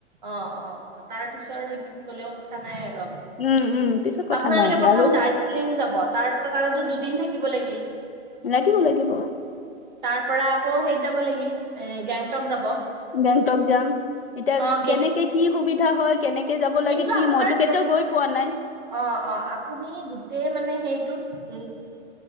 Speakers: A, on the right; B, on the left.
A: অ অ অ তাৰ পিছৰ সেইটোত গ'লেও কথা নাই আৰু
B: উম, উম, পিছত কথা
A: আপোনালোকে
B: নাই আৰু
A: প্ৰথম
B: আৰু
A: দাৰ্জিলিং যাব তাৰ পৰা তাতো দুদিন থাকিব লাগিব।
B: লাগিব লাগিব
A: তাৰ পৰা আকৌ সেই যাব লাগিল এ গেংটক যাব
B: গেংটক যাম। এতিয়া
A: অ গে
B: কেনেকে কি সুবিধা হয় কেনেকে যাব
A: কিন্তু
B: লাগে কি
A: আপোনাৰ
B: মইতো কেতিয়াও গৈ পোৱা নাই
A: অ অ আপুনি গোটেই মানে সেইটোত এ